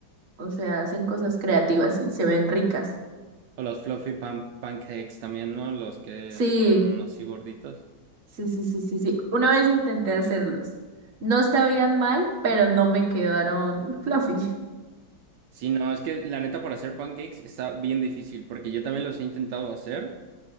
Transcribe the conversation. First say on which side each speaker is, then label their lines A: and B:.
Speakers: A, on the right; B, on the right.
A: O sea, hacen cosas creativas y se ven ricas.
B: O los fluffy pan- pancakes también, ¿no? Los que
A: Sí,
B: son así gorditos.
A: sí, sí, sí, sí, sí. Una vez intenté hacerlos. No sabían mal, pero no me quedaron <laughs> fluffy.
B: Sí, no, es que la neta para hacer pancakes está bien difícil, porque yo también los he intentado hacer